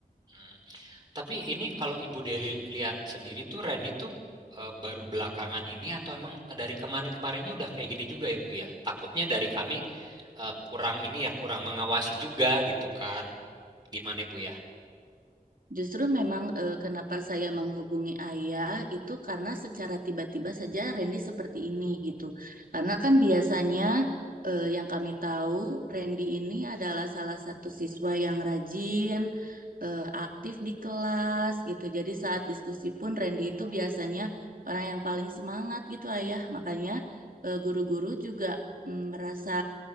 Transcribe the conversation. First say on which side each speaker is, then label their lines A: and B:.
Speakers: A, on the right; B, on the right.
A: Hmm. Tapi ini kalau Ibu Deli lihat sendiri tuh Randy tuh eh, baru belakangan ini atau emang dari kemarin-kemarinnya udah kayak gini juga ya Bu ya? Takutnya dari kami eh, kurang ini ya kurang mengawasi juga gitu kan? Gimana Ibu ya?
B: Justru memang eh, kenapa saya menghubungi ayah itu karena secara tiba-tiba saja Randy seperti ini gitu. Karena kan biasanya eh, yang kami tahu Randy ini adalah salah satu siswa yang rajin, eh, aktif di kelas gitu. Jadi saat diskusi pun Randy itu biasanya orang yang paling semangat gitu ayah. Makanya eh, guru-guru juga mm, merasa